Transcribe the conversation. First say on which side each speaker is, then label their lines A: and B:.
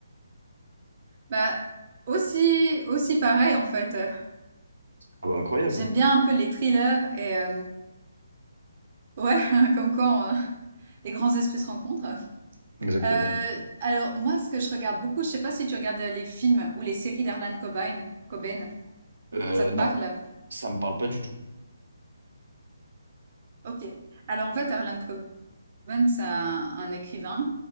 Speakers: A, on the right; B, on the right.
A: Bah aussi aussi pareil en fait. <laughs>
B: Ah bah, incroyable.
A: J'aime bien un peu les thrillers et euh, ouais, <laughs> comme quoi les grands esprits se rencontrent.
B: Exactement.
A: Euh, alors moi, ce que je regarde beaucoup, je sais pas si tu regardes euh, les films ou les séries d'Harlan Cobain. Cobain,
B: Euh,
A: ça te
B: non,
A: parle?
B: ça me parle pas du tout.
A: Ok. Alors en fait, Harlan Cobain, c'est un, un écrivain